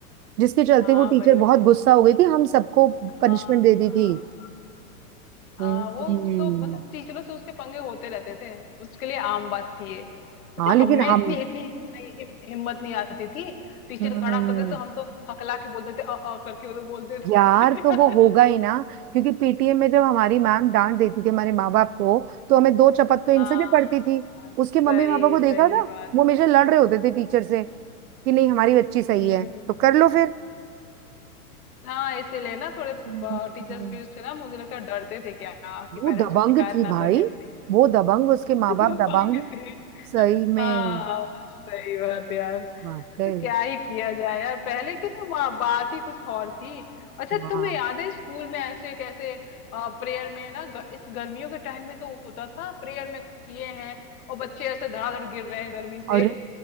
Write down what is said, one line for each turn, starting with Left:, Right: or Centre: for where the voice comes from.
Right: जिसके चलते
Left: हाँ
Right: वो टीचर
Left: भाई उसकी
Right: बहुत गुस्सा
Left: तो
Right: हो गई थी हम सबको
Left: हाँ
Right: पनिशमेंट दे दी
Left: हाँ
Right: थी
Left: आ,
Right: हम्म
Left: वो उस तो मतलब टीचरों से उसके पंगे होते रहते थे उसके लिए आम बात थी ये अच्छा
Right: हाँ लेकिन
Left: हमें
Right: हम
Left: इतनी इतनी हिम, नहीं, हिम, हिम्मत नहीं आती थी टीचर
Right: हम्म
Left: खड़ा कर दे तो हम तो हकला के बोलते थे अ अ करके वो तो बोलते थे
Right: यार तो वो होगा
Left: <laughs>
Right: ही ना क्योंकि पीटीएम में जब हमारी मैम डांट देती थी हमारे माँ बाप को तो हमें दो चपत
Left: हाँ
Right: तो इनसे भी पड़ती थी
Left: हाँ सही
Right: उसके मम्मी पापा को
Left: सही
Right: देखा था
Left: बात
Right: वो हमेशा लड़ रहे होते थे टीचर से कि नहीं हमारी बच्ची सही
Left: हम्म
Right: है तो कर लो फिर
Left: हाँ इसीलिए ना थोड़े
Right: हम्म।
Left: टीचर्स
Right: हम्म।
Left: भी उससे ना मुझे लगता है डरते थे क्या
Right: वो
Left: कि पेरेंट्स
Right: दबंग
Left: से शिकायत
Right: थी
Left: ना
Right: भाई
Left: कर दे अपने
Right: वो दबंग उसके माँ
Left: <laughs>
Right: बाप दबंग
Left: पाएंगे थे
Right: सही में
Left: हाँ सही बात यार
Right: वाकई
Left: तो क्या ही किया जाए यार पहले की तो बा, बात ही कुछ और थी अच्छा
Right: हाँ
Left: तुम्हें याद है स्कूल में ऐसे कैसे प्रेयर में ना ग, इस गर्मियों के टाइम में तो होता था प्रेयर में किए हैं और बच्चे ऐसे धड़ाधड़ गिर रहे हैं गर्मी से
Right: अरे